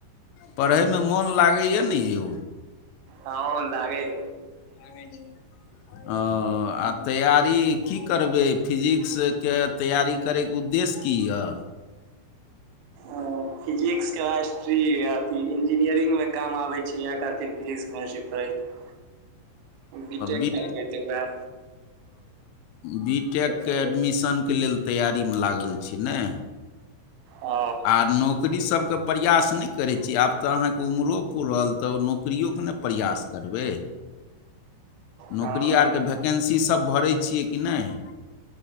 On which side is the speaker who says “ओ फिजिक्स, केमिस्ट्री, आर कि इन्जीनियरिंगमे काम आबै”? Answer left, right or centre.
Right